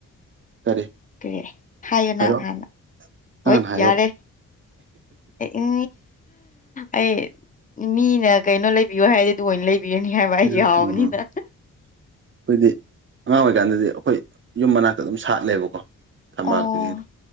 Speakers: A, on the right; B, on the left.
A: ꯀꯔꯤ
B: ꯀꯦ ꯍꯥꯏꯌꯣ
A: ꯍꯥꯏꯔꯛꯑꯣ
B: ꯅꯪ ꯍꯥꯟꯅ
A: ꯅꯪ
B: ꯍꯣꯏ
A: ꯍꯥꯟꯅ ꯍꯥꯏꯌꯣ
B: ꯌꯥꯔꯦ ꯎ ꯑꯩ ꯃꯤꯅ ꯀꯩꯅꯣ ꯂꯩꯕꯤꯌꯣ ꯍꯥꯏꯔꯗꯤ ꯑꯗꯨ ꯑꯣꯏꯅ ꯂꯩꯕꯤ ꯅꯤ ꯍꯥꯏ
A: ꯎꯝ
B: ꯏ ꯑꯎꯅꯤꯗ
A: ꯑꯩꯈꯣꯏꯗꯤ ꯑꯉꯥꯡ ꯑꯣꯏꯔꯤꯀꯥꯟꯗꯗꯤ ꯑꯩꯈꯣꯏ ꯌꯨꯝ ꯃꯅꯥꯛꯇ ꯑꯗꯨꯝ ꯁꯥꯠꯂꯦꯕꯀꯣ ꯊꯝꯄꯥꯛꯇꯨꯒꯤꯗꯤ
B: ꯑꯣ